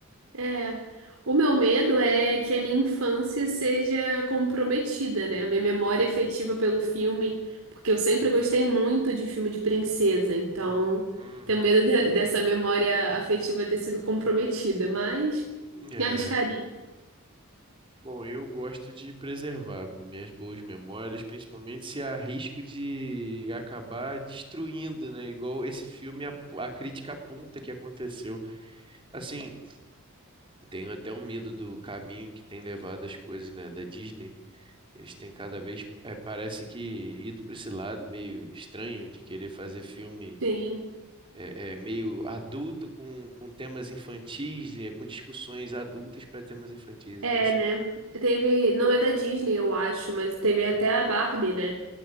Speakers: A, on the right (about 80°); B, on the right (about 25°).
A: É, o meu medo é que a minha infância seja comprometida, né? A minha memória afetiva pelo filme, porque eu sempre gostei muito de filme de princesa, então
B: Uhum.
A: tenho medo de- dessa memória afetiva ter sido comprometida, mas
B: É.
A: me arriscaria.
B: Bom, eu gosto de preservar minhas boas memórias, principalmente se há risco de acabar destruindo, né? Igual esse filme, a, a crítica aponta que aconteceu. Assim, Tenho até um medo do caminho que tem levado as coisas, né, da Disney. Eles têm cada vez, é, parece que ido para esse lado meio estranho de querer fazer filme
A: Sim,
B: é, é, meio adulto com, com temas infantis, é, com discussões adultas para temas infantis.
A: é,
B: Então, assim,
A: né? Teve, não é da Disney, eu acho, mas teve até a Barbie, né?